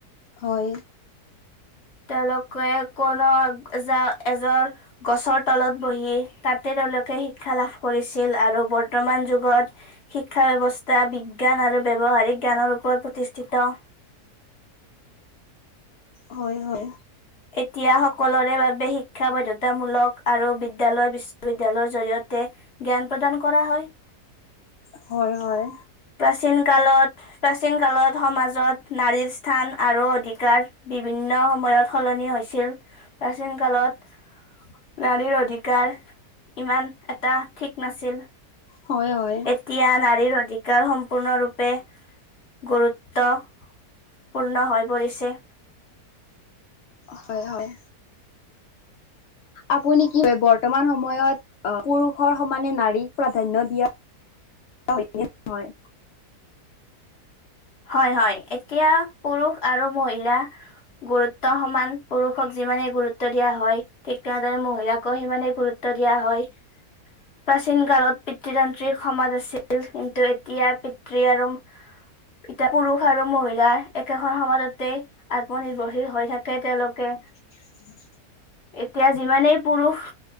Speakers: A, on the left (about 65°); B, on the left (about 45°).
A: হয়।
B: তেওঁলোকে কোনো যা এজন, গছৰ তলত বহি, তাতে তেওঁলোকে শিক্ষা লাভ কৰিছিল। আৰু বৰ্তমান যুগত শিক্ষা ব্যৱস্থা বিজ্ঞান আৰু ব্যৱহাৰিক জ্ঞানৰ ওপৰত প্ৰতিষ্ঠিত।
A: হয়, হয়।
B: এতিয়া সকলোৰে বাবে শিক্ষা বাধ্যতামূলক। আৰু বিদ্যালয় বিশ্ববিদ্যয়ালয়ৰ জৰিয়তে জ্ঞান প্ৰদান কৰা হয়।
A: হয় হয়।
B: প্ৰাচীন কালত, প্ৰাচীন কালত সমাজত নাৰীৰ স্থান আৰু অধিকাৰ বিভিন্ন সময়ত সলনি হৈছিল। প্ৰাচীন কালত নাৰীৰ অধিকাৰ ইমান এটা ঠিক নাছিল!
A: হয়, হয়।
B: এতিয়া নাৰীৰ অধিক- <unintelligible> সম্পূৰ্ণৰূপে গুৰুত্বপূৰ্ণ হৈ পৰিছে
A: হয়, হয়। আপুনি কি হয়, বৰ্তমান সময়ত অ', পুৰুষৰ সমানে নাৰীক প্ৰাধান্য দিয়া, হয়নে নহয়?
B: হয়, হয়। এতিয়া পুৰুষ আৰু মহিলা গুৰুত্ব সমান পুৰুষক যিমানে গুৰুত্ব দিয়া হয়, ঠিক তেনেদৰে মহিলাকো সিমানে গুৰুত্ব দিয়া হয়। প্ৰাচীন কালত পিতৃতান্ত্ৰিক সমাজ আছিল, কিন্তু এতিয়া পিতৃ আৰু- এতিয়া পুৰুষ আৰু মহিলা একেখন সমাজতেই আত্মনিৰ্ভৰশীল হৈ থাকে তেওঁলোকে।
A: <inaudible>
B: এতিয়া যিমানেই পুৰুষ,